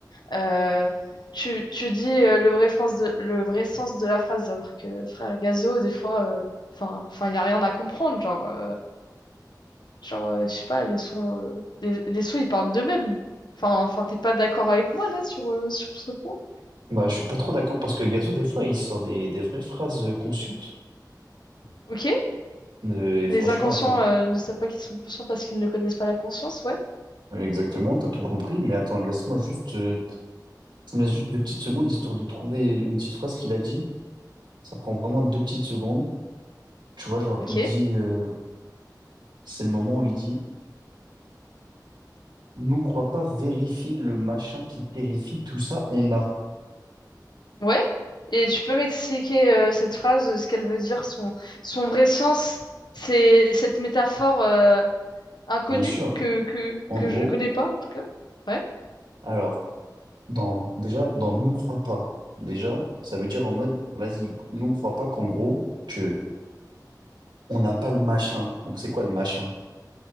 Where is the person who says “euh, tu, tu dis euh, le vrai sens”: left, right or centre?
Left